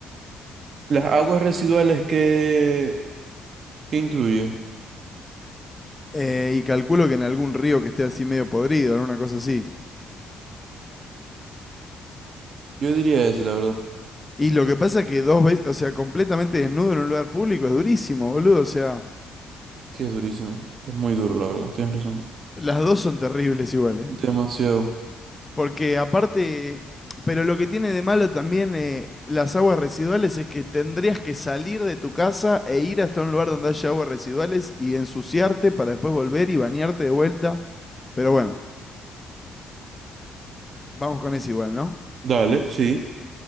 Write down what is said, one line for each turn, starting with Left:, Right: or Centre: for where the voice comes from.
Right: Las aguas residuales que ¿Qué incluye?
Left: Eh, y calculo que en algún río que esté así medio podrido, en una cosa así.
Right: Yo diría ese, la verdad.
Left: Y lo que pasa es que dos veces, o sea, completamente desnudo en un lugar público es durísimo, boludo. O sea,
Right: sí es durísimo. Es muy duro, la verdad. Tienes razón.
Left: las dos son terribles iguales.
Right: Demasiado.
Left: Porque aparte, pero lo que tiene de malo también eh, las aguas residuales es que tendrías que salir de tu casa e ir hasta un lugar donde haya aguas residuales y ensuciarte para después volver y bañarte de vuelta. Pero bueno, vamos con eso igual, ¿no?
Right: Dale, sí.